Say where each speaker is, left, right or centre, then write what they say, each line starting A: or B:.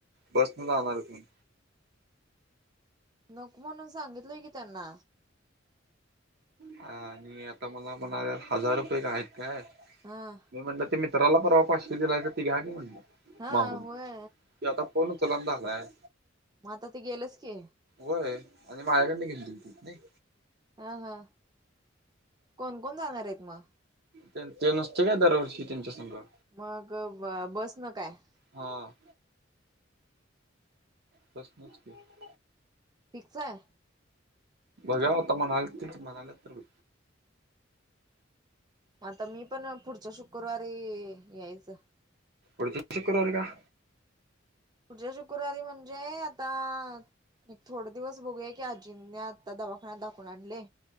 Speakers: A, on the right (about 55°); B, on the right (about 20°).
A: बसंन जाणारं आहेतं म्हंण.
B: नको म्हणूंन सांगितलोय की त्यांना.
A: हां आणि आंता मलां म्हणाल्यांत हाजांर रुपये कायं हांईत कायं?
B: हां.
A: मी म्हणलं ते मित्रांला पर्वा पाशे दिलांयसा ते घ्यां की म्हणलं
B: हा
A: मागूंन
B: होय
A: त्यो आंता फोन उचलनां झालायं.
B: मं आंता ते गेलंच की.
A: व्हयं आणि माझ्याकडं घेऊन दिलतीत नाहीं.
B: हां हां कोणं कोणं जाणारं आहेतं मं?
A: ते त्यो नसतोय कायं दरवर्षी त्यांच्यासंग
B: मंग बसं नं कायं?
A: हां... प्रसनचं मी..
B: ठीकचं आहे.
A: बघां होतां म्हणांले ते म्हणांलेत तरं
B: आंता मी पणं पुढच्यां शुक्रवारी यायचं..
A: पुढच्यां शुक्रवारी कां
B: पुढच्यां शुक्रवारी म्हणजे आंता. एक थोडे दिवसं बघूंया की आजींनी आंता दवाखान्यांत दाखवूंन आणले.